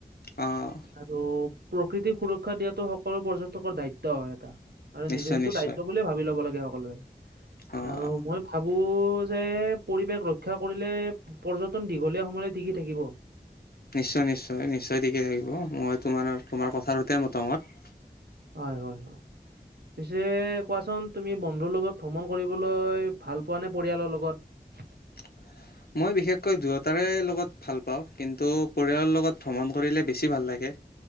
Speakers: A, on the left; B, on the right.
A: অ'
B: আৰু প্ৰকৃতিক সুৰক্ষা দিয়াটো সকলো পৰ্যটকৰ দায়িত্ব হয় এটা আৰু
A: নিশ্চয়
B: নিজে সেইটো
A: নিশ্চয়
B: দায়িত্ব বুলিয়ে ভাবি ল'ব লাগে সকলোৱে
A: অ'
B: আৰু
A: অ'
B: মই ভাবো পৌ যে পৰিৱেশ ৰক্ষা কৰিলে পৰ্যটন দীঘলীয়া সময়লে টিকি থাকিব
A: নিশ্চয় নিশ্চয় নিশ্চয় তিকি থাকিব মই তোমাৰ তোমাৰ কথাটোতে মতামত
B: হয় হয় হয় পিছে কোৱাচোন তুমি বন্ধুৰ লগত ভ্ৰমণ কৰিবলৈ ভাল পোৱা নে পৰিয়ালৰ লগত
A: <unintelligible> মই বিশেষকৈ দুয়োটাৰে লগত ভাল পাওঁ। কিন্তু পৰিয়ালৰ লগত ভ্ৰমণ কৰিলে বেছি ভাল লাগে।